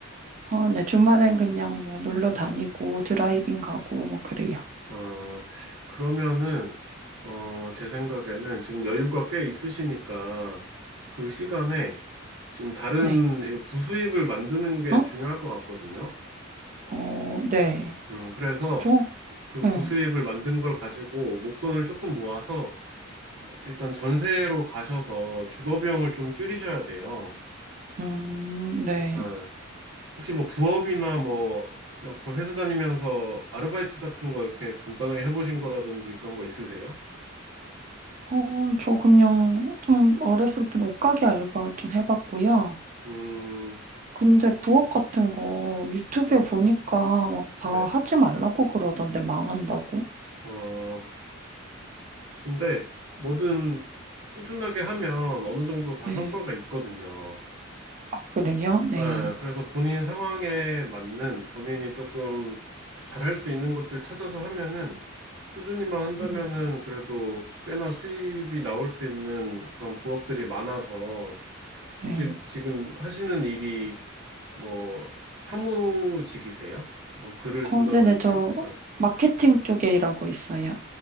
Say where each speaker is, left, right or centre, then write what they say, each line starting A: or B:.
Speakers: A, on the right (about 40°); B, on the right (about 85°).
A: 어, 네, 주말엔 그냥 뭐 놀러 다니고
B: 어,
A: 드라이빙 가고 뭐 그래요.
B: 어, 그러면은, 어, 제 생각에는 지금 여유가 꽤 있으시니까 그 시간에 지금 다른
A: 네.
B: 부수입을 만드는 게
A: 어?
B: 중요할 것 같거든요.
A: 어, 네.
B: 음, 그래서
A: 저,
B: 그
A: 응.
B: 부수입을 만든 걸 가지고 목돈을 조금 모아서 뭐 일단 전세로 가셔서 주거 비용을 좀 줄이셔야 돼요.
A: 음, 네.
B: 어, 혹시 뭐 부업이나 뭐 이렇게 회사 다니면서 아르바이트 같은 거 이렇게 간단하게 해보신 거라든지 그런 거 있으세요?
A: 어, 저 그냥 좀 어렸을 땐 옷가게 알바 좀 해봤고요.
B: 음,
A: 근데 부업 같은 거 유튜브에
B: 네.
A: 보니까 막 다
B: 네.
A: 하지 말라고 그러던데 망한다고.
B: 어, 근데 뭐든 꾸준하게 하면 어느 정도 다
A: 네.
B: 성과가 있거든요.
A: 아, 그래요? 네.
B: 예, 그래서 본인 상황에 맞는 본인이 조금 잘할 수 있는 것들 찾아서 하면은 꾸준히만 한다면은
A: 음,
B: 그래도 꽤나 수입이 나올 수 있는 그런 부업들이 많아서
A: 네.
B: 혹시 지금 하시는 일이 뭐 사무직이세요? 뭐 글을
A: 어,
B: 쓴다든지,
A: 네네. 저
B: 예.
A: 마케팅 쪽에 일하고 있어요.